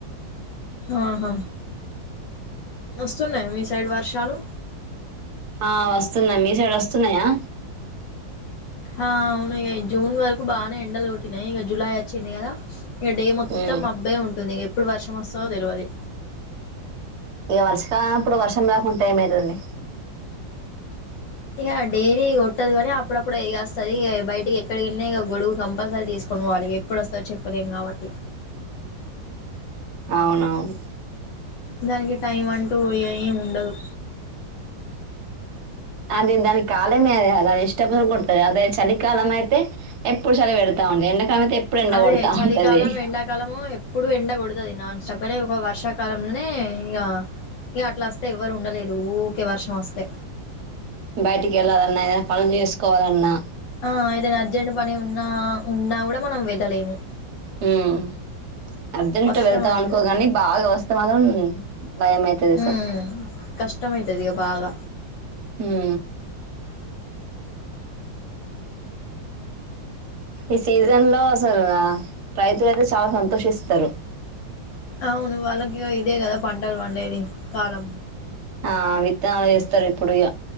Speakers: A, on the left; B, on the right.
A: ఆహా! వస్తున్నాయా మీ సైడ్ వర్షాలు.
B: ఆ వస్తున్నాయి. మీ సైడ్ వస్తున్నాయా?
A: ఆ అవును, ఇగ జూన్ వరకు బానే ఎండలు కొట్టినాయి ఇక జులై వచ్చింది కదా ఇక డే మొత్తం
B: ఉమ్
A: మబ్బే ఉంటుంది. ఇక ఎప్పుడు వర్షం వస్తాదో తెలవదు.
B: ఇక వర్షాకాలం మప్పుడు వర్షం రాకుంంటే ఏమయితాది లే
A: ఇక డైలీ కొట్టదు గానీ అప్పుడప్పుడు ఇగ వస్తాది బయటికి ఎక్కడికి వెళ్లినా ఇక గొడుగు కంపల్సరీ తీసుకొని పోవాలి ఇగ. ఇప్పుడు వస్తాదో చెప్ప లేం కాబట్టి.
B: అవునవును
A: దానికి టైం అంటూ ఏమి ఉండదు.
B: అది దాని కాలమే అది దాని ఇష్ట కొడతాది అదే చలికాలం అయితే ఎప్పుడు చలి పెడతాఉంది. ఎండా కాలం అయితే ఎప్పుడు ఎండ
A: అదే
B: కొడతా
A: చలికాలం,
B: ఉంటది
A: ఎండాకాలము. ఎప్పుడూ ఎండ కొడుతాది నాన్ స్టాప్గానే ఒక వర్షాకాలంలోనే ఇగ ఇక అట్లా వస్తే ఎవ్వరు ఉండలేరు ఊరికే వర్షం వస్తే
B: బయటికి వెళ్ళాలన్నా, ఏదన్నా పనులు చేసుకోవాలన్నా
A: ఆ ఏదైనా అర్జెంట్ పని ఉన్నా, ఉన్నా కూడా మనం వెళ్ళలేము.
B: మ్ అర్జెంట్
A: వర్షం
B: వెళ్తాం
A: అనేది
B: అనుకోగాని బాగా వస్తే మాత్రం భయ అవుతాది.
A: మ్ హు హూ కష్ట కష్టం అవుతాది బాగా
B: మ్ ఈ సీజన్ లో అసలు రైతులు అయితే చాలా సంతోషిస్తారు.
A: అవును వాళ్ళకి ఇదే కదా పంటలు పండేది కాలం
B: ఆ విత్తనాలు వేస్తారు ఇప్పుడు ఇక